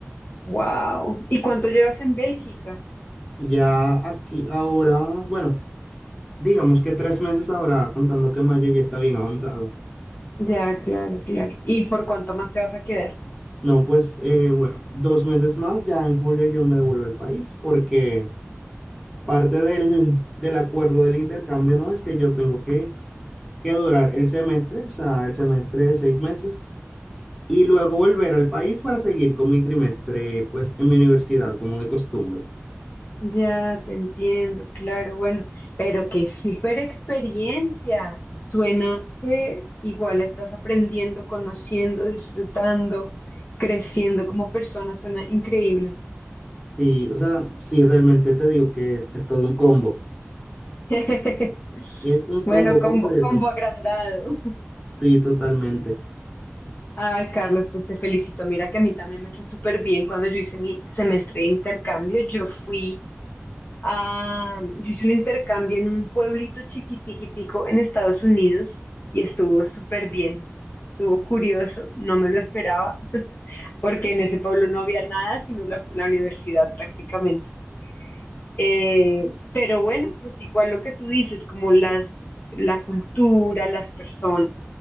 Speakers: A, on the left; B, in the centre.
A: Wow. ¿Y cuánto llevas en Bélgica?
B: Ya aquí, ahora, bueno, digamos que tres meses ahora, contando que mayo ya está bien avanzado.
A: Ya, claro, claro. ¿Y por cuánto más te vas a quedar?
B: No, pues, eh, bueno, dos meses más, ya en julio yo me devuelvo al país, porque parte del, del acuerdo del intercambio, ¿no? Es que yo tengo que, que durar el semestre, o sea, el semestre de seis meses, y luego volver al país para seguir con mi trimestre, pues, en mi universidad, como de costumbre.
A: Ya, te entiendo, claro, bueno, pero qué súper experiencia. Suena que igual estás aprendiendo, conociendo, disfrutando, creciendo como persona, suena increíble.
B: Sí, o sea, sí, realmente te digo que es, es todo un combo.
A: <laughs>
B: Es un
A: Bueno,
B: combo
A: combo,
B: completo.
A: combo agrandado.
B: Sí, totalmente.
A: Ay, Carlos, pues te felicito. Mira que a mí también me fue súper bien cuando yo hice mi semestre de intercambio. Yo fui a, yo hice un intercambio en un pueblito chiquitiquitico en Estados Unidos y estuvo súper bien. Estuvo curioso, no me lo esperaba, <laughs> porque en ese pueblo no había nada, sino la, la universidad prácticamente. Eh, pero bueno, pues igual lo que tú dices, como las, la cultura, las personas,